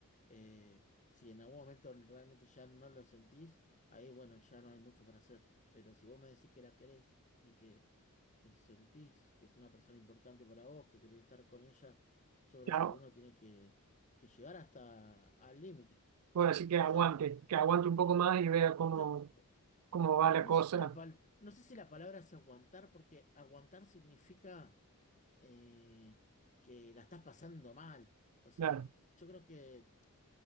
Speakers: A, on the left; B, on the right.
A: Eh, si en algún momento realmente ya no lo sentís, ahí bueno, ya no hay mucho para hacer. Pero si vos me decís que la querés y que, que sentís que es una persona importante para vos, que querés estar con ella, yo creo
B: Claro,
A: que uno tiene que, que llegar hasta al límite.
B: puedo decir que
A: Esa
B: aguante,
A: es mi...
B: que aguante un poco más y vea cómo,
A: yo
B: cómo va
A: no
B: la cosa.
A: sé si la pal- no sé si la palabra es aguantar, porque aguantar significa eh, que la estás pasando mal. O sea,
B: Claro,
A: yo creo que